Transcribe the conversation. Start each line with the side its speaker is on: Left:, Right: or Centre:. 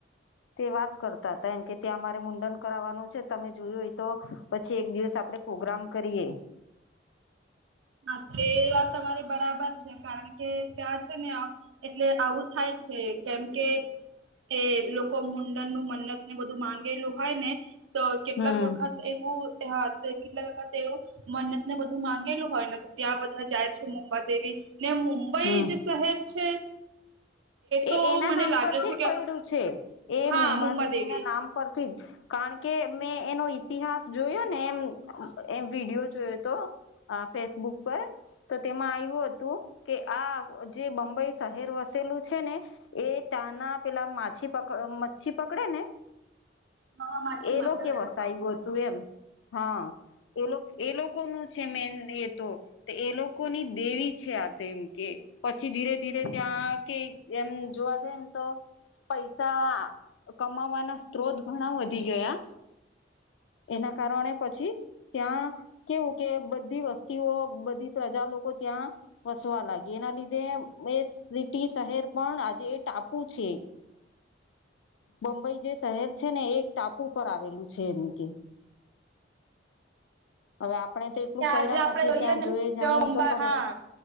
Left: તે વાત કરતા હતા એમ કે ત્યાં મારે મુંડન કરાવવાનું તમે જોયું હોય તો પછી એક દિવસ આપડે પ્રોગ્રામ કરીએ.
Right: હા તે વાત તમારી બરાબર છે. કારણ કે ત્યાં છે ને એટલે આવું થાય છે કેમ કે એ લોકો મુંડનનું મન્નત ને બધું માંગેલું હોય ને, તો કેટલાક
Left: હમ
Right: વખત એવું કેટલાક વખત એવું મન્નત ને બધું માંગેલું હોય, ને ત્યાં બધા જાય છે મુંબાદેવી, એવી ને મુંબઈ
Left: હમ
Right: જ શહેર છે. તો
Left: એ એના
Right: મને
Left: નામ
Right: લાગે
Left: પરથી
Right: છે
Left: જ
Right: કે
Left: પૈડ્યું છે, એ
Right: હા
Left: મુંબાદેવીના
Right: મુંબાદેવી
Left: નામ પરથી જ કારણ કે મેં એનો ઈતિહાસ જોયો ને એમ એ વિડીયો જોયો તો અ ફેસબુક પર, તો તેમાં આવ્યું હતું કે આ જે બંબઈ શહેર વસેલું છે ને એ તાના પેલા માછી પક મચ્છી પકડે ને
Right: હા માછીમારો
Left: એ લોકો કે વસાયું હતું એમ હા. એ લોકો એ લોકોનું છે મેન એ તો તો એ લોકોની દેવી છે આ તેમ કે પછી ધીરે ધીરે ત્યાં કે એમ જોવા જાય ને તો પૈસા કમાવાના સ્ત્રોત ઘણા વધી ગયા એના કારણે પછી ત્યાં કેવું કે બધી વસ્તીઓ બધી પ્રજા લોકો ત્યાં વસવા લાગી એના લીધે એ સિટી શહેર પણ આજે એ ટાપુ છે. બંબઈ જે શહેર છે ને એ એક ટાપુ પર આવેલું છે એમ કે હવે આપણે તો એટલું
Right: આજે
Left: ફર્યા
Right: આપડે
Left: નથી
Right: જોઈએ
Left: ત્યાં
Right: ને
Left: જોઈ જાણીએ
Right: મુંબા
Left: તો ખબર
Right: હા